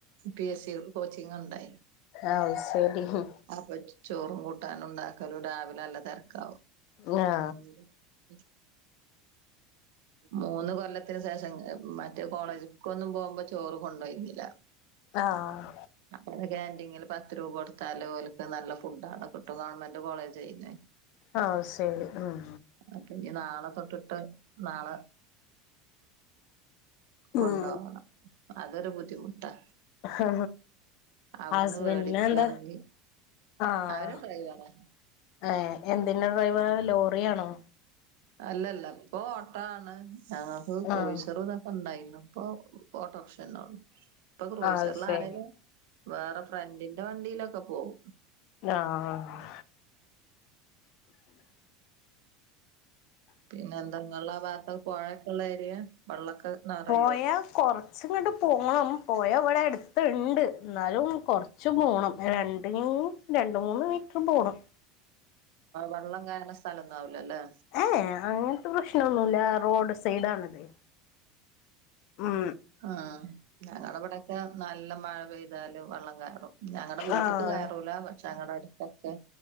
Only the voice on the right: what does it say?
പി എസ് സി കോച്ചിങ് ണ്ടേ.
അപ്പൊ ചോറും കൂട്ടാനു ണ്ടാക്കലും രാവിലെ അല്ല തിരക്കാവും.
<inaudible> മൂന്ന് കൊല്ലത്തിന് ശേഷം മറ്റേ കോളേജ്ക്കൊന്നും പോകുമ്പോ ചോറ് കൊണ്ടോയിന്നില്ല.
അവിടെ കന്റിങ്ങില് പത്ത് രൂപ കൊടുത്താല് ഓൽ ക്ക് നല്ല ഫുഡ് ആവട കിട്ടും ഗവൺമെന്റ് കോളേജ് ചെയ്യുന്ന്.
അപ്പൊ ഇനി നാളെ തൊട്ടിട്ട് നാളെ കൊണ്ടോവണം
അതൊരു ബുദ്ധിമുട്ടാ.
അവിടുന്ന്
മേടിക്കാണെങ്കി
അവര് ഡ്രൈവറാ
അല്ലല്ല ഇപ്പൊ ഓട്ട ആണ് ഞങ്ങക്ക് ക്രോയ്സർ
തൊക്കെ ണ്ടായിരുന്നു. ഇപ്പൊ ഓട്ടോർഷേന്നെള്ളൂ ക്രൂയിസിയർ
ആരെലും. വേറെ ഫ്രണ്ടിന്റെ വണ്ടിയിലൊക്കെ പോവും.
പിന്നെ എന്ത ഇങ്ങള്ള ഭാഗത്താ പുഴയൊക്കെള്ള ഏരിയ. വെള്ളൊക്കെ നെറയോ
വെള്ളം കയർണ സ്ഥലംന്നും ആവൂലല്ലേ?
ആ ഞങ്ങളെ ഇവിടെക്കെ നല്ല മഴ പെയ്താല് വെള്ളം കയറും. ഞങ്ങളടെ വീട്ടക്ക്
കയറൂല പക്ഷെ ഞങ്ങളടെ അടുത്തൊക്കെ.